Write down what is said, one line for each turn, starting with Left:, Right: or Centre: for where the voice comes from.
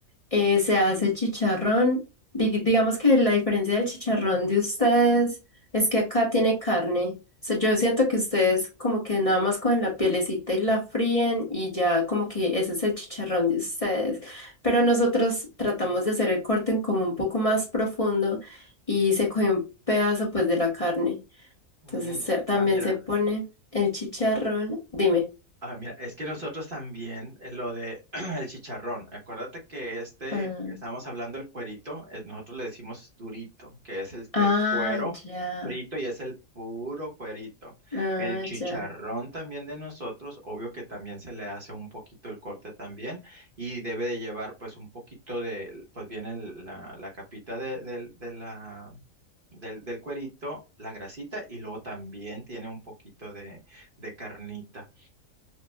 Left: Eh, se hace chicharrón. Dig- digamos que la diferencia del chicharrón de ustedes es que acá tiene carne. O sea, yo siento que ustedes como que nada más cogen la pielecita y la fríen y ya como que ese es el chicharrón de ustedes. Pero nosotros tratamos de hacer el corte en como un poco más profundo y se coge un pedazo pues de la carne.
Right: mm,
Left: Entonces se- también
Right: ah, mira.
Left: se pone el chicharrón. Dime.
Right: Ah, mira, es que nosotros también eh, lo de <clears throat> el chicharrón. Acuérdate que este
Left: Ah,
Right: que estábamos hablando el cuerito, eh, nosotros le decimos durito, que es el,
Left: ah,
Right: el cuero
Left: ya.
Right: frito y es el puro cuerito.
Left: Ah,
Right: El chicharrón
Left: ya.
Right: también de nosotros, obvio que también se le hace un poquito el corte también y debe de llevar pues un poquito de, pues viene el- la, la capita de, del- de la del, del cuerito, la grasita y luego también tiene un poquito de de carnita.